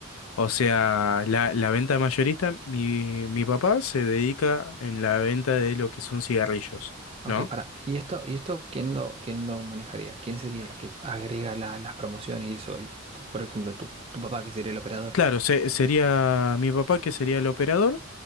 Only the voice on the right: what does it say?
Ok,
pará, ¿y esto, y esto quién lo, quién lo manejaría? ¿Quién sería la que agrega la- las promociones y eso? El- Por ejemplo, tu, tu papá, que sería el operador.